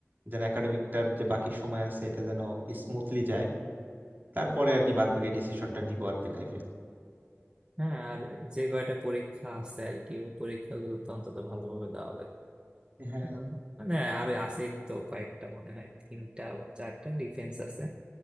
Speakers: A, on the right; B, on the right.
A: যেন একাডেমিকটার যে বাকি সময় আছে এটা যেন স্মুথলি যায় তারপরে আর কি বাদ বাকি ডিসিশনটা নিবো আর কি লাইফে
B: হ্যাঁ, আর যে কয়টা পরীক্ষা আছে আর কি ওই পরীক্ষাগুলো তো অন্তত ভালোভাবে দেওয়া লাগবে
A: হ্যাঁ
B: আর মানে আর আছে তো কয়েকটা মনে হয় তিনটা বা চারটা ডিফেন্স আছে